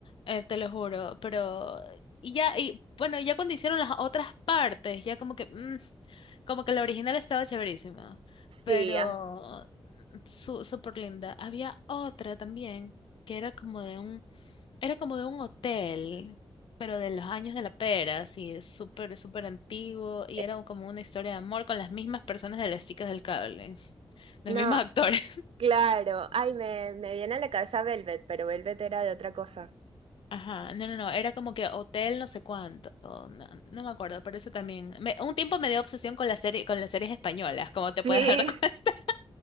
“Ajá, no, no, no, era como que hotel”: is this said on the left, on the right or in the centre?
Left